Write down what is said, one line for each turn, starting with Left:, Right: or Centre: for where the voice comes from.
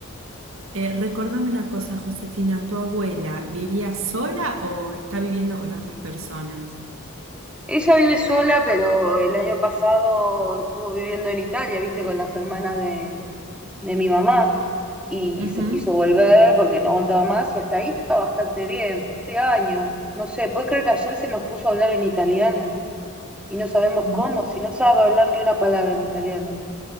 Right: Eh, recordame una cosa, Josefina, ¿tu abuela vivía sola o está viviendo con otras personas?
Centre: Ella vive sola, pero el año pasado estuvo viviendo en Italia, viste, con las hermanas de, de mi mamá. y
Right: Ujú,
Centre: se quiso volver porque no aguantaba más y hasta ahí estaba bastante bien, fue este año. No sé, ¿puedes creer que ayer se nos puso a hablar en italiano y no sabemos
Right: No.
Centre: cómo, si no sabe hablar ni una palabra en italiano?